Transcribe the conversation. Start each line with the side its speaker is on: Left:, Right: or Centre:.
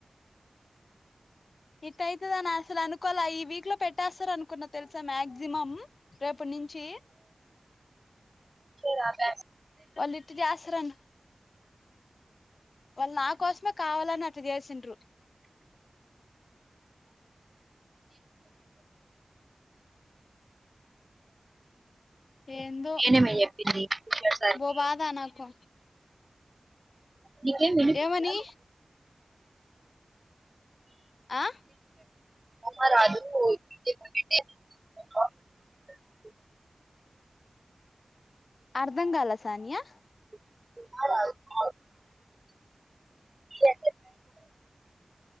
Left: ఇట్ అయితదని అసలు అనుకోల ఈ వీక్ లో పెట్టేస్తారు అనుకున్న తెలుసా మాక్సిమం రేపు ప్ నుంచి
Right: రా బా
Left: అనిటికీ ఆసరణ వాళ్ళు నా కోసమే కావాలని అటు చేసింట్రు ఎందో
Right: నేనేమే చెప్పింది సార్కి
Left: బ బాధనకు
Right: నీకేం వినిపిస్తుందా
Left: ఏమని ఆ
Right: అమ్మ రాధు <unintelligible>
Left: అర్ధం కాల సానియా
Right: అ ఏ